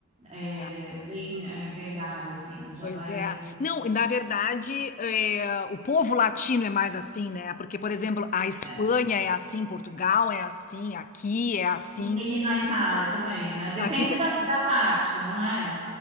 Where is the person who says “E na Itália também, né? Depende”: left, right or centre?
Right